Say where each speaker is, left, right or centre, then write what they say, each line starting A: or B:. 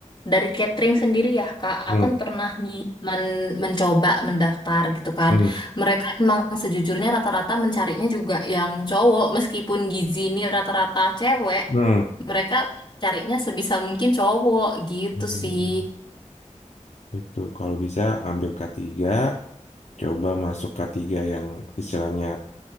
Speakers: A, on the left; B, on the left.
A: dari catering sendiri ya Kak.
B: hmm,
A: Aku kan pernah nih men- mencoba mendaftar gitu kan.
B: hmm,
A: Mereka emang sejujurnya rata-rata mencarinya juga yang cowok meskipun gizi ini rata-rata cewek.
B: hmm.
A: Mereka carinya sebisa mungkin cowok gitu
B: Hmm.
A: sih.
B: Itu kalau bisa ambil K3 Coba masuk k tiga yang istilahnya,